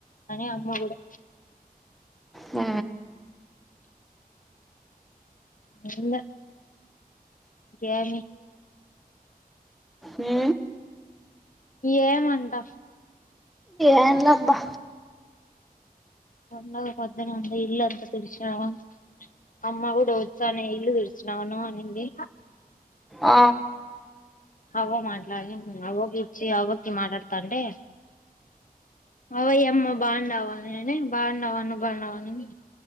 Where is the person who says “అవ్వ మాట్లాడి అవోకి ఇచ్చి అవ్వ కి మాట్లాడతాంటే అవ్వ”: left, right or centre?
Left